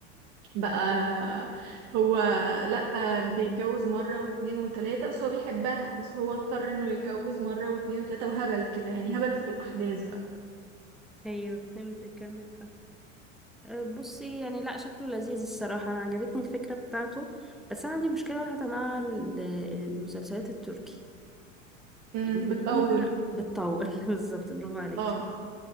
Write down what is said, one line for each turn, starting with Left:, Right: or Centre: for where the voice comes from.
Right: بقى هو لأ بيتجوز مرة واتنين وتلاتة بس هو بيحبها بس هو اضطر انه يتجوز مرة واتنين وتلاتة وهبل كده يعني هبل في الأحداث بقى
Centre: أيوه فهمتك عندك حق أه، بصي يعني لا شكله لذيذ الصراحة أنا عجبتني الفكرة بتاعته بس أنا عندي مشكلة واحدة مع ال- المسلسلات التركي
Right: امم
Centre: إن
Right: بتطول
Centre: هي بتطول <laughs> بالظبط برافو عليكي
Right: اه